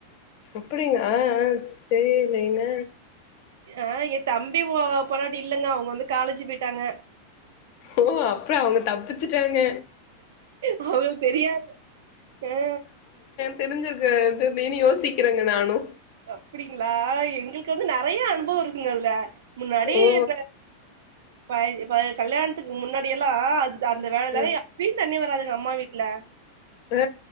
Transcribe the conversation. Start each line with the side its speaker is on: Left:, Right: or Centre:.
Left: அப்படிங் ஆ ஆ தெரியலையேங்க.
Right: ஆ எ தம்பி ஒ பொண்டாட்டி இல்லங்க அவுங்க வந்து காலேஜி போயிட்டாங்க.
Left: ஓ அப்பற அவங்க தப்பிச்சுட்டாங்க
Right: உங்களுக் தெரியாது ஆ
Left: தெரிஞ்சுக்குற <unintelligible> யோசிக்கறங்க நானு
Right: அப்டிங்களா எங்களுக்கு வந்து நறைய அனுபவோ இருக்குங்க அதுல முன்னாடி
Left: ஓ
Right: இந்த பய் பய கல்யாணத்துக்கு முன்னாடி எல்லா ல அந்த வேலை
Left: ஆ
Right: <inaudible> ஃபிரீ தண்ணி வராதுங்க அம்மா வீட்ல
Left: அ